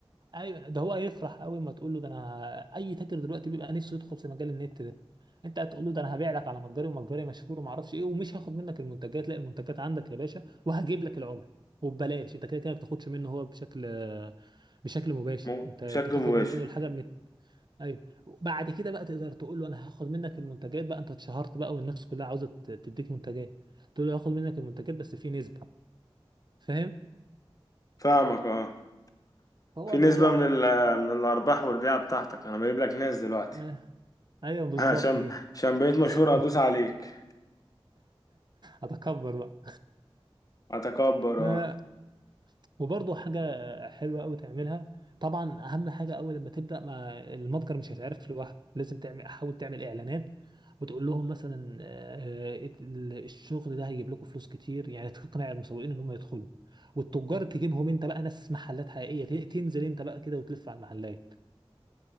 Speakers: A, on the right; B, on the left.
A: ايوه ده هو هيفرح قوي ما تقول له ده انا اي تاجر دلوقتي بيبقى نفسه يدخل في مجال النت ده انت هتقول له ده انا هبيع لك على متجري ومتجري مشهور وما اعرفش ايه ومش هاخد منك المنتجات لا المنتجات عندك يا باشا وهجيب لك العملاء وببلاش انت كده كده ما بتاخدش منه هو بشكل بشكل مباشر
B: مو-
A: انت بتاخد
B: بشكل مباشر
A: منه الحاجه ايوه بعد كده بقى تقدر تقول له انا هاخد منك المنتجات بقى انت اتشهرت بقى والناس كلها عاوزه ت- تديك منتجات تقول له هاخد منك المنتجات بس في نسبه فاهم
B: فاهمك اه
A: فهو
B: في
A: الموضوع
B: نسبة من ال- من الارباح والبيعة بتاعتك انا بجيب لك ناس دلوقتي
A: آه، ايوه
B: <laughs>
A: بالظبط
B: عشان
A: كده
B: عشان بقيت مشهور
A: <laughs>
B: ادوس عليك
A: هتكبر بقى
B: اتكبر
A: <laughs>
B: اه
A: وبرضه حاجة حلوة أوي تعملها طبعا أهم حاجة أول لما تبدأ ما المتجر مش هيتعرف لوحده لازم تعمل حاول تعمل إعلانات وتقول لهم مثلا آه، ال- الشغل ده هيجيب لكم فلوس كتير يعني تقنع المسوقين إن هم يدخلوا والتجار تجيبهم أنت بقى ناس محلات حقيقية ت- تنزل أنت بقى كده وتلف على المحلات